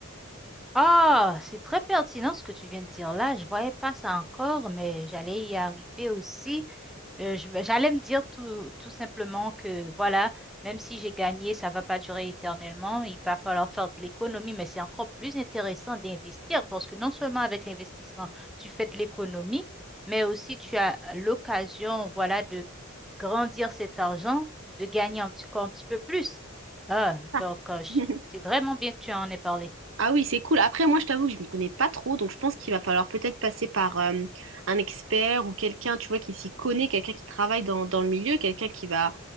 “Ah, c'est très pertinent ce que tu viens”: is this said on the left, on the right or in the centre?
Centre